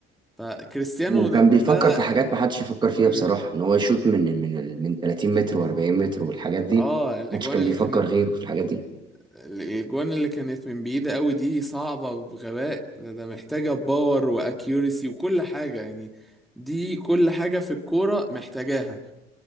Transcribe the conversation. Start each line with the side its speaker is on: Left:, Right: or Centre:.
Centre: فكريستيانو
Right: وكان
Centre: ده, ده...
Right: بيفكر في حاجات ما حدش يفكر فيها
Centre: امم
Right: بصراحة ان هو يشوط من من ال- من 30 متر و40 متر والحاجات دي
Centre: اه الاجوان
Right: ما حدش كان
Centre: اللي
Right: بيفكر
Centre: كان
Right: غيره في الحاجات دي
Centre: الجوان اللي كانت من بعيدة قوي دي صعبة بغباء ده, ده محتاجة باور واكيورسي وكل حاجة يعني دي كل حاجة في الكورة محتاجاها